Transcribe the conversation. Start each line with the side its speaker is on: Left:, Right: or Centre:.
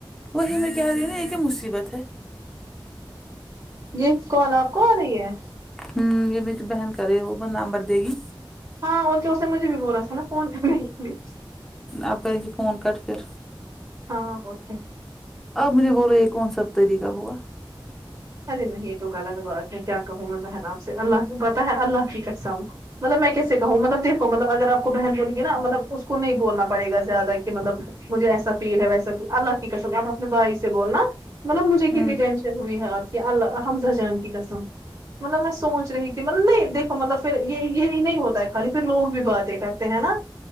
Centre: وہی میں کہہ رہی ہ نا یہ کہ مصیبت ہے
Right: یہ کال آپ کو آ رہی ہے
Centre: ہوں یہ می تو بہن کرے وہ نمبر دے گی
Right: ہاں اور تو اسے نے مجھے بھی بولا تھا نا فون کرنے کے لیے
Centre: آپ کریں گے فون کٹ پھر
Right: ہاں اور کیا
Centre: آپ مجھے بولو یہ کون سا طریقہ ہوا
Right: ارے نہیں یہ تو غلط بات ہے کیا کہوں میں بہن آپ سے اللہ سے پتا ہے اللہ کی قسم مطلب میں کیسے کہوں مطلب دیکھو مطلب اگر آپ کو بہن بولینگے نا مطلب کو نہیں بولنا پڑے گا زیادہ کہ مطلب مجھے ایسا فیل ہے وسا اللہ کی قسم اپنے بھائی سے بولنا مطلب مجھے
Centre: ہوں
Right: کتنی ٹینشن ضروری ہے آپکی اللہ حمز جان کی قسم مطلب میں سوچ رہی تھی مطلب نہیں د مطلب پھر یہ یہی نہیں ہوتا ہے خالی پھر لوگ بھی باتیں کررتے ہیں نا